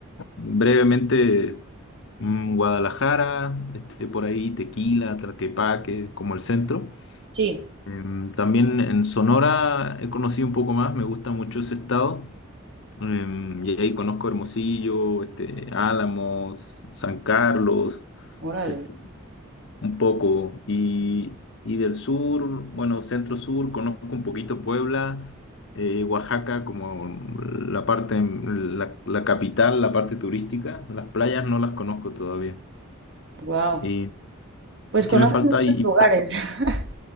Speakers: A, on the left; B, on the right.
A: brevemente mm, Guadalajara, este, por ahí Tequila, Tlaquepaque, como el centro.
B: Sí,
A: Em, También en Sonora he conocido un poco más, me gusta mucho ese estado. Em, y ahí conozco Hermosillo, este, Álamos, San Carlos,
B: órale,
A: este, un poco. Y, y del sur, bueno, centro sur, conozco un poquito Puebla, eh, Oaxaca como la parte, mm, la, la capital, la parte turística. Las playas no las conozco todavía.
B: wow.
A: ¿Y,
B: Pues
A: y
B: conoces
A: qué me falta?
B: muchos
A: Y,
B: lugares. <laughs>